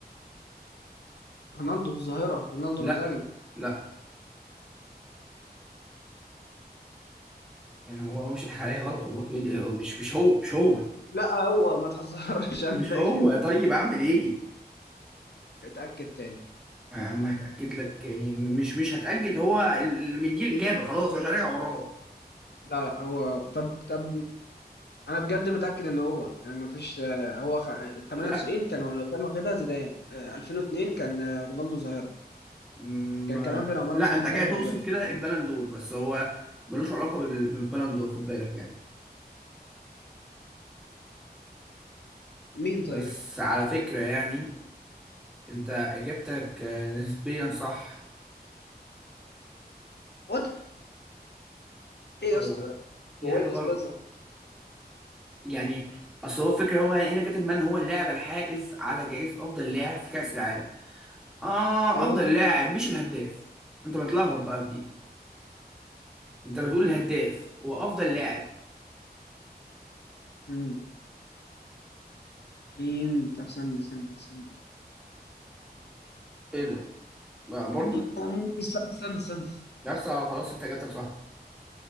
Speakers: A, on the left (about 80°); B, in the centre.
A: رونالدو الظاهرة رونالدو
B: لا
A: نازاريو
B: لا يعني هو هو مش هيضحك عليا غلط والله بيقول إيه، مش مش هو مش هو
A: لا هو ما تهزرش <laughs> انا
B: مش
A: فاكر
B: هو طيب أعمل إيه؟
A: اتأكد تاني
B: يا عم هتأكد لك يعني م- مش مش هتأكد هو اللي مديه الإجابة خلاص مش هراجع وراه
A: لا لا هو طب طب انا بجد متأكد ان هو يعني ما فيش آه، هو خ... 98
B: لا
A: كان لو كان واخدها زيدان آه، 2002 كان آه، رونالدو الظاهرة
B: ما
A: كان كمان بالعمارة
B: لا
A: مسجل
B: أنت كده
A: 8
B: تقصد
A: اجوان
B: كده البلندور بس هو ملوش علاقة بال- بالبلندور خد بالك يعني
A: مين
B: بس
A: طيب
B: على فكرة يعني أنت إجابتك آه، نسبيا صح
A: وات ايه
B: او
A: يا اسطى ده
B: دي
A: هو
B: حاجه
A: وينس
B: غلط
A: بازا
B: يعني اصل هو الفكره هو هنا كاتب من هو اللاعب الحائز على جائزه افضل لاعب في كاس العالم اه
A: ايوه
B: افضل لاعب مش الهداف انت متلخبط بقى في دي انت بتقول الهداف هو افضل لاعب
A: مم. مين طب استنى استنى استنى
B: ايه ده بقى برضو
A: يعني أم- استنى استنى استنى
B: يا اسطى خلاص انت اجابتك صح